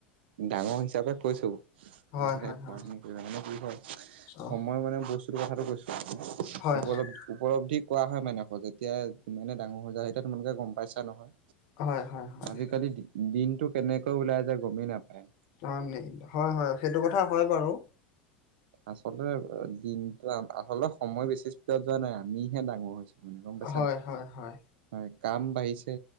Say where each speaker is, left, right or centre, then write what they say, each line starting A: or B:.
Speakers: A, on the right (about 80°); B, on the left (about 60°).
A: ডাঙৰ হিচাপে কৈছো ম
B: হয় হয় হয়
A: পঢ়া শুনা কৰিবা নে কি হয়
B: অঁ
A: সময় মানে বস্তুটো কথাটো কৈছো
B: হয়
A: উপল
B: হয়
A: উপলব্ধি কোৱা হয় মাই নাইখোৱা, যেতিয়া যিমানে ডাঙৰ হৈ যায় এতিয়া তোমালোকে গ'ম পাইছা নহয়
B: হয় হয় হয়।
A: আজিকালি দি দিনটো কেনেকৈ ওলাই যায় গ'মেই নাপায়।
B: অ' হয়, হয় সেইটো কথা হয় বাৰু।
A: আচলতে দিনটো আচলতে সময় বেছি স্পীডত যোৱা নাই, আমিহে ডাঙৰ হৈছো। মানে গম পাইছা
B: হয়,
A: নাই।
B: হয়, হয়।
A: হয়। কাম বাঢ়িছে